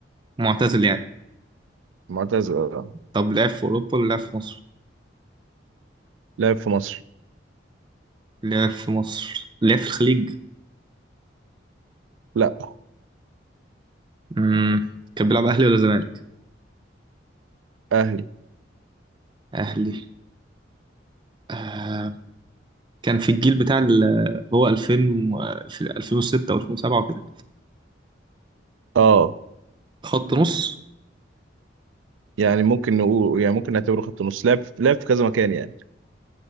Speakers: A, on the right; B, on the right.
A: معتزل يعني
B: معتزل آه.
A: طب لعب في أوروبا ولا لعب في مصر؟
B: لعب في مصر
A: لعب في مصر لعب في الخليج
B: لا
A: مم. كان بيلعب أهلي ولا زمالك؟
B: اهلي
A: أهلي آه. كان في الجيل بتاع ال- هو 2000 و... في 2006 أو 2007 وكده
B: اه
A: خط نص
B: يعني ممكن نقول يعني ممكن نعتبره خط نص لعب لعب في كذا مكان يعني